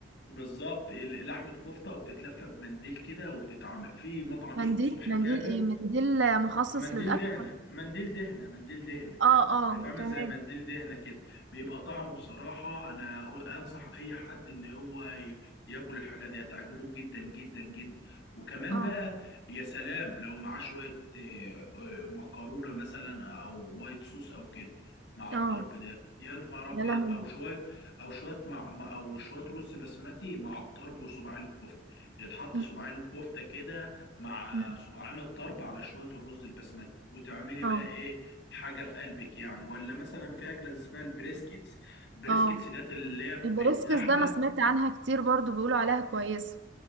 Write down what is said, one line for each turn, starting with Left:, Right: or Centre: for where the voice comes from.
Left: بالظبط ال- لحمه كفته وبتتلف بمنديل كده وبتتعمل في مطعم اسمه
Right: منديل
Left: صبح
Right: منديل
Left: كابر
Right: ايه منديل آه، مخصص
Left: منديل
Right: للاكل
Left: دهنه منديل دهنه منديل دهنه
Right: اه اه
Left: بقيت عامل
Right: تمام
Left: زي منديل دهنة كده بيبقى طعمه بصراحة أنا أقول- أنصح أي حد إن هو ي- ياكل الحاجة دي هتعجبه جدا جدا جدا وكمان
Right: اه
Left: بقى يا سلام لو معاه شوية آه، آه، مكرونة مثلا أو وايت صوص أو كده مع الطرب
Right: اه
Left: ده يا نهار أبيض
Right: يا لهوي
Left: أو شوية أو شوية مع مع- أو شوية رز بسمتي مع الطرب وصباعين الكفتة يتحط
Right: م-
Left: صباعين الكفتة كده مع
Right: م.
Left: صباعين الطرب على شوية الرز البسمتي وتعملي بقى
Right: اه
Left: إيه حاجة في قلبك يعني ولا مثلا في أكلة اسمها البريسكيتس البريسكيتس
Right: اه
Left: ديت اللي هي بت-
Right: البريسكس
Left: لحمة
Right: ده انا سمعت عنها كتير برضو بيقولوا عليها كويسة